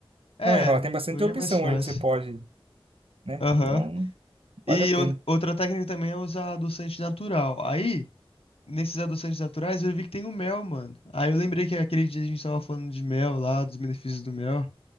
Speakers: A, on the left (about 85°); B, on the right (about 75°).
A: é,
B: Não, eu ia falar, tem bastante
A: hoje
B: opção
A: é mais fácil.
B: hoje que você pode, né?
A: Aham.
B: Então, vale
A: E
B: a pena.
A: ou- outra técnica também é usar adoçante natural. Aí, nesses adoçantes naturais, eu vi que tem o mel, mano. Aí eu lembrei que aquele dia a gente tava falando de mel lá, dos benefícios do mel,